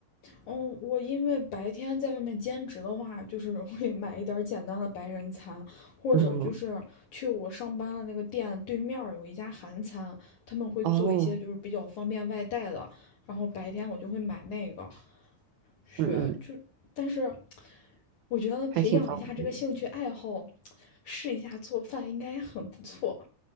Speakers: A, on the left; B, on the right.
A: 嗯，我因为白天在外面兼职的话，就是会买一点简单的白人餐，或者就是去我上班的那个店对面有一家韩餐，
B: 嗯，
A: 他们会做一些就是比较方便外带的，
B: 哦，
A: 然后白天我就会买那个去，
B: 嗯嗯，
A: 就但是我觉得培养一下这个兴趣爱好，
B: 还挺方便。
A: 试一下做饭应该很不错。